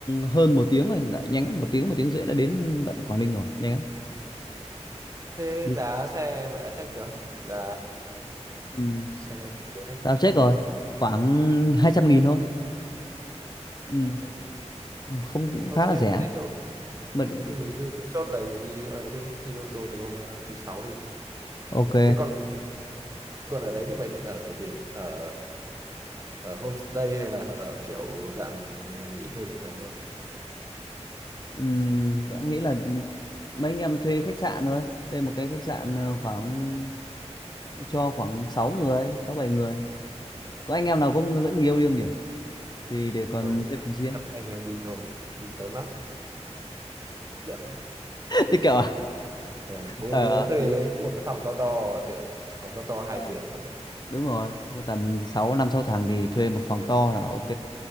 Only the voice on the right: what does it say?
Thế
giá xe mày đã check chưa? Giá
xe tự chuyển đấy,
tầm khoảng
bao nhiêu?
hai
trăm nghìn.
Ok,
thế
thì ok.
Thế thì mình cứ chốt lời mình đi ấy đi, đi ô tô từ hôm ờ, thứ sáu đi.
Thế còn còn ở đấy thì mày định ở kiểu gì? Ở ở homestay hay là ở kiểu dạng nhà nghỉ thuê bình thường thôi?
Thôi,
chắc anh em đi thôi, đi tốn lắm. Tiệm mà.
Ờ, bốn
đứa
thuê
lấy một cái phòng to to là được, phòng to to hai
giường là được.